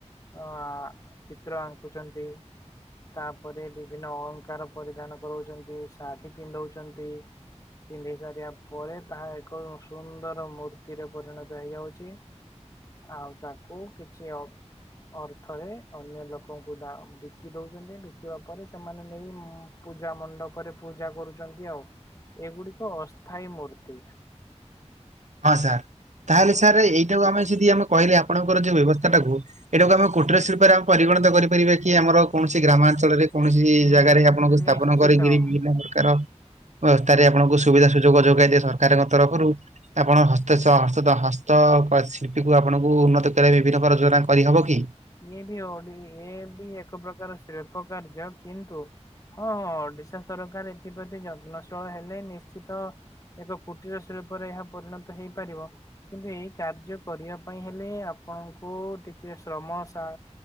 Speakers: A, on the left; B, on the right.
A: ଅ ଚିତ୍ର ଆଙ୍କୁଛନ୍ତି। ତାପରେ ବିଭିନ୍ନ ଅଳଙ୍କାର ପରିଧାନ କରଉଚନ୍ତି ଶାଢ଼ୀ ପିନ୍ଧଉଚନ୍ତି। ପିନ୍ଧେଇ ସାରିଆ ପରେ ତାହା ଏକ ସୁନ୍ଦର ମୂର୍ତ୍ତିରେ ପରିଣତ ହେଇଯାଉଛି। ଆଉ ତାକୁ କିଛି ଅ ଅର୍ଥରେ ଅନ୍ୟ ଲୋକଙ୍କୁ ଦା ବିକି ଦଉଛନ୍ତି ବିକିବା ପରେ ସେମାନେ ନେଇ ମ୍ ପୂଜା ମଣ୍ଡପରେ ପୂଜା କରୁଚନ୍ତି ଆଉ ଏଗୁଡିକ ଅସ୍ଥାୟୀ ମୂର୍ତ୍ତି।
B: ହଁ ସାର୍ ତାହେଲେ ସାର୍ ଏଇଟାକୁ ଆମେ ଯଦି ଆମେ କହିଲେ ଆପଣଙ୍କର ଯୋଉ ବ୍ୟବସ୍ଥାଟାକୁ। ଏଇଟାକୁ ଆମେ କୁଟୀର ଶିଳ୍ପରେ ଆମେ ପରିଗଣିତ କରିପାରିବା କି ଆମର? କୌଣସି ଗ୍ରାମାଞ୍ଚଳରେ କୌଣସି
A: ଉ
B: ଜାଗାରେ ଆପଣଙ୍କୁ ସ୍ଥାପନ
A: ନିଶ୍ଚିତ।
B: କରିକିରି ବିଭିନ୍ନ ପ୍ରକାର ଅବସ୍ଥାରେ ଆପଣଙ୍କୁ ସୁବିଧା ସୁଯୋଗ ଯୋଗାଇଦିଏ ସରକାରଙ୍କ ତରଫରୁ। ଆପଣ ହସ୍ତ, ସ ହସ୍ତତ୍ର ହସ୍ତଶିଳ୍ପୀକୁ ଆପଣଙ୍କୁ ଉନ୍ନତ କରିବା ବିଭିନ୍ନ ପ୍ରକାର ଯୋଜନା କରିହେବ କି?
A: ଇଏ ବି ଓଡି ଇଏବି ଏକ ପ୍ରକାର ଶିଳ୍ପ କାର୍ଯ୍ୟ କିନ୍ତୁ ହଁ ହଁ ଓଡିଶା ସରକାର ଏଥିପ୍ରତି ଯତ୍ନଶୀଳ ହେଲେ ନିଶ୍ଚିତ ଏକ କୁଟୀର ଶିଳ୍ପରେ ଏହା ପରିଣତ ହେଇପାରିବ। କିନ୍ତୁ ଏଇ କାର୍ଯ୍ୟ କରିବା ପାଇଁ ହେଲେ ଆପଣଙ୍କୁ ଟିକେ ଶ୍ରମ ତା